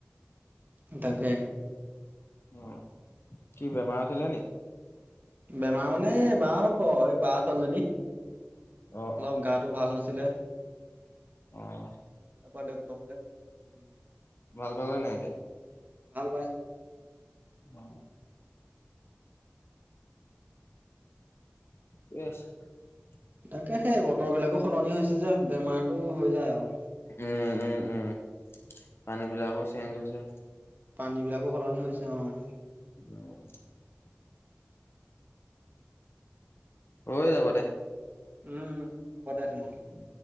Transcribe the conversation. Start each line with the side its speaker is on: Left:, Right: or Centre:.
Right: ই তাকে
Left: অ কি বেমাৰ আছিলে নি?
Right: বেমাৰ মানে এই বহ হক এই বা ছোৱালীজনী।
Left: অ
Right: অলপ গাটো ভাল নাছিলে।
Left: অঁ
Right: ত পাে কম লছিল <unintelligible>
Left: ভাল পালে নাই এতিয়া?
Right: ভাল পাইছা।
Left: অঁ কৰি আছোঁ।
Right: তাকে সেই বতৰ বিলাকো সলনি হৈছে যে বেমাৰটো হৈ যায় আৰু
Left: উম উম উম পানী বিলাকো চেঞ্জ হৈছে।
Right: পানী বিলাকো সলনি হৈছে অঁ।
Left: উম হৈ যাব দে।
Right: উম উম ব ন
Left: উম